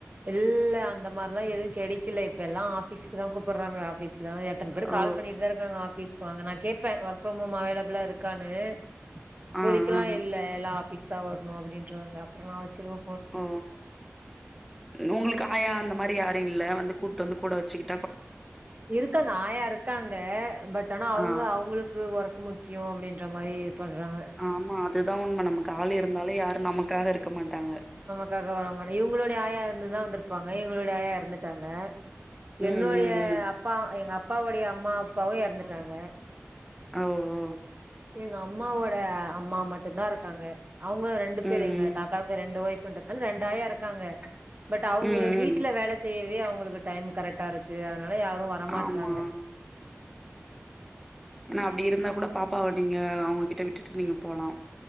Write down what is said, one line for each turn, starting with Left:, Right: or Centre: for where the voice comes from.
Right: இல்ல அந்த மாரில்லா எதும் கெடைக்கல இப்ப எல்லா ஆபீஸ்க்கு தா கூப்பிடுறாங்க ஆபீஸ்க் எத்தன பேர்
Centre: ஓ
Right: கால் பண்ணிட்டுதா இருக்காங்க பேசுவாங்க நா கேட்பே ஒர்க் ஃப்ரம் ஹோம் அவைலபிளா இருக்கான்னு இப்போதைக்கெல்லா
Centre: ஆ ஆ
Right: இல்ல எல்லா ஆஃபிஸ்க்கு தா வரணு அப்படின்ருவாங்க அப்புற நா வெச்சிருவே
Centre: ஓ உங்களுக்கு ஆயா அந்த மாரி யாரு இல்ல வந்து கூப்ட்டு வந்து கூட வச்சுக்
Right: இருக்காங்க ஆயா இருக்காங்க பட் ஆனா அவுங்க
Centre: ஆ
Right: அவுங்களு கு ஒர்க்கு முக்கியோ அப்டின்ற மாரி பண்றாங்க
Centre: ஆம்மா அதுதா உண்ம நமக்கு ஆளு இருந்தாலு யாரும் நமக்காக இருக்க மாட்டாங்க
Right: க்காக வராமனா இவுங்களுடைய ஆயா இருந்துருந்தா வந்திருப்பாங்க இவுங்களுடைய ஆயா எறந்துட்டாங்க என்னுடைய
Centre: ம் ம் ம்
Right: அப்பா எங்க அப்பாவுடைய அம்மா அப்பாவு எறந்துட்டாங்க
Centre: அ ஓ ஓ
Right: எங்க அம்மாவோட அம்மா மட்டுந்தா இருக்காங்க அவுங்க ரெண்டு பேரு
Centre: ம் ம்
Right: எங்க தாத்தா க்கு ரெண்டு ஒய்ஃப்ன்றதுனால ரெண்டு ஆயா இருக்காங்க பட் அவுங்க
Centre: ம்
Right: வீட்ல
Centre: ம்
Right: வேல செய்யவே அவங்களுக்கு டைம் கரெட்டா இருக் கு அதனால யாரு வரமாட்றாங்க
Centre: ஆமா ஏனா அப்டி இருந்தா கூட பாப்பாவ நீங்க அவங்ககிட்ட விட்டுட்டு நீங்க போலா